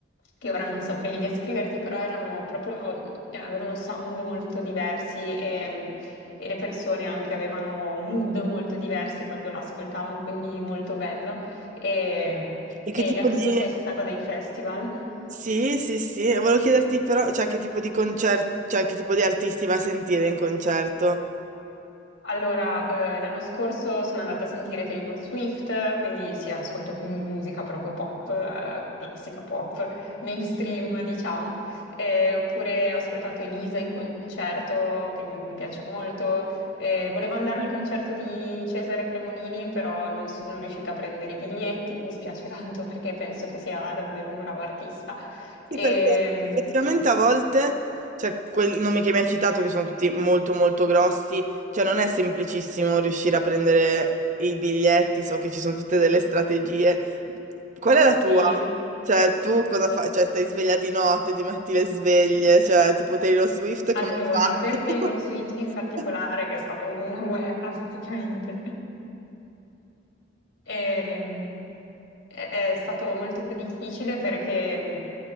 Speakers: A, on the left; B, on the right.
A: che ora non saprei descriverti, però erano proprio, eh, avevano sound molto diversi e, e le persone anche avevano mood molto diversi quando l'ascoltavano, quindi molto bello. E,
B: E
A: e
B: che tipo
A: anche
B: di...
A: tu sei stata a dei festival?
B: Sì, sì, sì, e volevo chiederti però, cioè, che tipo di concerto, cioè, che tipo di artisti vai a sentire in concerto?
A: Allora, eh, l'anno scorso sono andata a sentire Taylor Swift, quindi sì, ascolto m- musica proprio pop, eh, classica pop, mainstream, diciamo. Eh, oppure ho ascoltato Elisa in concerto, che mi piace molto. Eh, volevo andare al concerto di Cesare Cremonini, però non sono riuscita a prendere i biglietti, mi spiace tanto <laughs> perché penso che sia davvero un bravo artista.
B: Sì,
A: Ehm,
B: perché effettivamente a volte, cioè, quei nomi che mi hai citato, che sono tutti molto, molto grossi, cioè, non è semplicissimo riuscire a prendere i biglietti, so che ci sono tutte delle strategie. Qual è la tua?
A: sì.
B: Cioè, tu cosa fai? Cioè, stai sveglia di notte, ti metti le sveglie, cioè, tipo Taylor Swift,
A: Allora,
B: come hai
A: per
B: fatto?
A: Taylor Swift in particolare,
B: <laughs>
A: che è stata una guerra <laughs> praticamente, ehm, è, è stato molto difficile perché, mh,